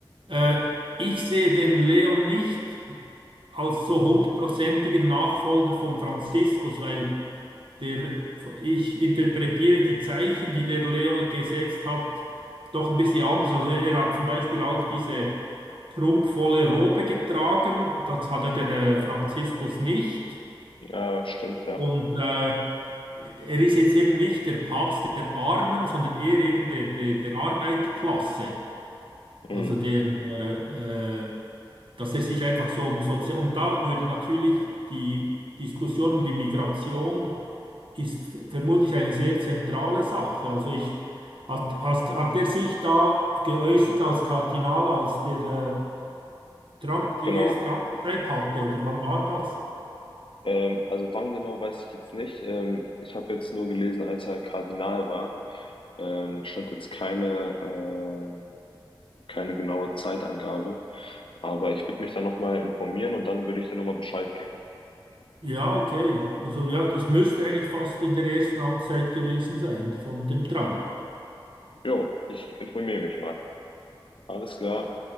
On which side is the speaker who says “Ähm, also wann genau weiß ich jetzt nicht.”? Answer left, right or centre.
Left